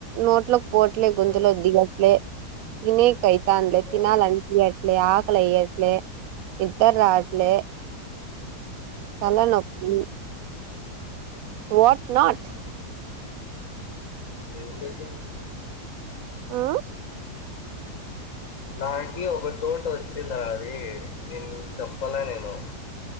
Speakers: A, on the right; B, on the left.
A: నోట్లో పోట్లే గుంతలో
B: ఉమ్,
A: ద్దిగా లే తినీక్ కైతాన్లే
B: ఉమ్,
A: తినాలనిపియట్లే ఆకలి ఏయాట్లే నిద్రరాట్లే తలనొప్పి
B: ఉమ్.
A: వట్ నట్
B: ఏం దేశాన్
A: ఆ
B: నాకి ఒక చోటోచ్చింది రా అది నేను చెప్పలే నేను